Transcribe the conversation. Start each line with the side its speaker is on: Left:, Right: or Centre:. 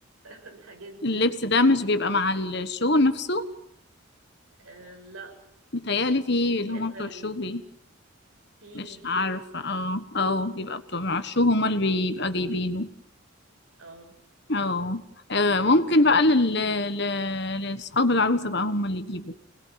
Right: الحاجات
Left: اللبس
Right: دي
Left: ده مش بيبقى مع الشو نفسه
Right: آه لا
Left: متهيألي في اللي
Right: دي
Left: هما
Right: احنا
Left: بتوع
Right: اللي
Left: الشو
Right: بنجيب
Left: بي
Right: في
Left: مش
Right: بيجيب
Left: عارفة اه اه بيبقى بتوع الشو هما اللي بيبقى جايبينه
Right: اه
Left: اه آه، ممكن بقى لل... ل- لأصحاب العروسة بقى هما اللي يجيبوا